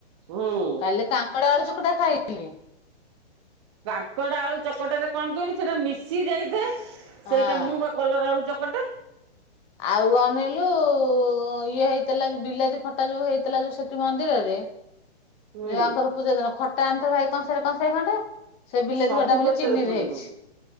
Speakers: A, on the right; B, on the left.
A: ହୁଁ
B: କାଲି କାଙ୍କଡ ଆଳୁ ଚକ୍ ଚୁଡା ଖାଇଥିଲି।
A: କାଙ୍କଡ, ଆଳୁ ଚକଟାରେ କଣ କହିଲୁ, ସେଟା ମିଶି ଯାଇଥାଏ।
B: ହଁ।
A: ସେଇଟା ମୁଁ ବା କଲରା, ଆଳୁ ଚକ୍ କୋଟେ
B: ଆଉ ଅନେଇଲୁ-ଉ-ଉ -ଉଁ-ଇ ଇଏ ହେଇଥିଲା, ଯ ବିଲାତି ଖଟା ଯୋଉ ହେଇଥିଲା, ଯୋଉ ସେଠି ମନ୍ଦିରରେ।
A: ହୁଁ
B: ଯୋଉଆଙ୍କର ପୂଜାଦିନ। ଖଟା ଆଣିଥିଲେ ଭାଇ କଂସାରେ କଂସେ ଖଣ୍ଡେ ସେ
A: ତୁ
B: ବିଲାତି
A: ସବୁ
B: ଖଟା ମୁଲି
A: ପେଟରେ
B: ଚିନିରେ
A: ପୁରେଇଲୁ
B: ହେଇଛି।